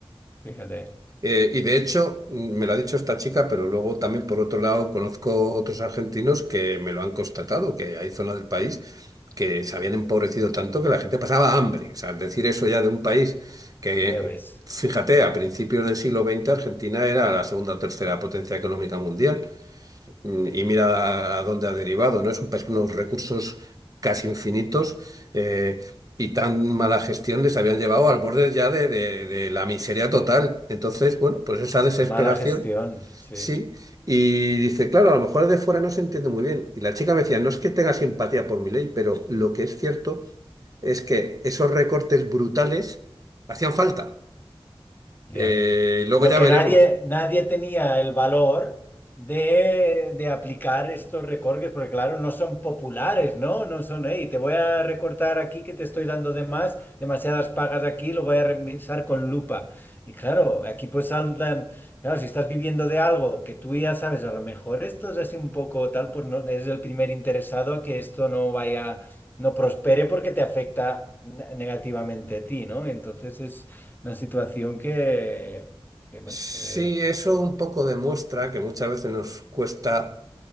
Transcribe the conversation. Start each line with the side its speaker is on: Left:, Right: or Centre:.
Left: fíjate,
Right: Eh, y de hecho, mm, me lo ha dicho esta chica, pero luego también por otro lado conozco otros argentinos que me lo han constatado, que hay zonas del país que se habían empobrecido tanto que la gente pasaba hambre. O sea, decir eso ya de un país que,
Left: ya ves,
Right: fíjate, a principios del siglo XX Argentina era la segunda o tercera potencia económica mundial. Mm, Y mira a dónde ha derivado, ¿no? Es un país con unos recursos casi infinitos eh, y tan mala gestión les habían llevado al borde ya de, de- de la miseria total. Entonces, bueno, pues esa desesperación,
Left: mala gestión, sí.
Right: sí. Y dice, claro, a lo mejor de fuera no se entiende muy bien. Y la chica me decía, no es que tenga simpatía por mi ley, pero lo que es cierto es que esos recortes brutales hacían falta.
Left: Ya.
Right: Eh, luego
Left: Lo
Right: ya
Left: que
Right: veremos.
Left: nadie, nadie tenía el valor de, de aplicar estos recortes, porque claro, no son populares, ¿no? No son, hey, te voy a recortar aquí que te estoy dando de más, demasiadas pagas aquí, lo voy a revisar con lupa. Y claro, aquí pues saltan, claro, si estás viviendo de algo que tú ya sabes, a lo mejor esto es así un poco tal, pues no, eres el primer interesado a que esto no vaya, no prospere porque te afecta ne- negativamente a ti, ¿no? Entonces es una situación que que bueno,
Right: Sí,
Left: eh,
Right: eso un poco demuestra que muchas veces nos cuesta